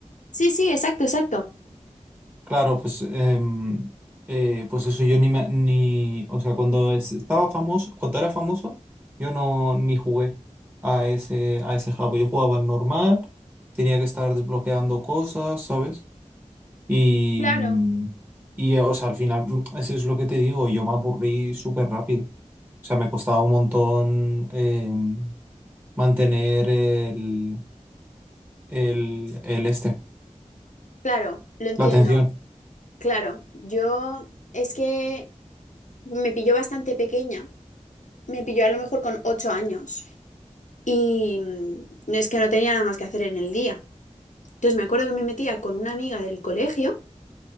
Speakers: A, on the left (about 75°); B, on the right (about 15°).
A: Sí, sí, exacto, exacto.
B: Claro, pues, em, eh, pues eso yo ni, me- ni, o sea, cuando es- estaba famoso, cuando era famoso, yo no ni jugué a ese, a ese Jabo. Yo jugaba al normal, tenía que estar desbloqueando cosas, ¿sabes? Y,
A: Claro.
B: mm, y, o sea, al final, mm, eso es lo que te digo, yo me aburrí súper rápido. O sea, me costaba un montón eh, mantener el, el, el este,
A: Claro, lo entiendo.
B: la atención.
A: Claro, yo es que me pilló bastante pequeña, me pilló a lo mejor con ocho años y mm, no, es que no tenía nada más que hacer en el día. Entonces me acuerdo que me metía con una amiga del colegio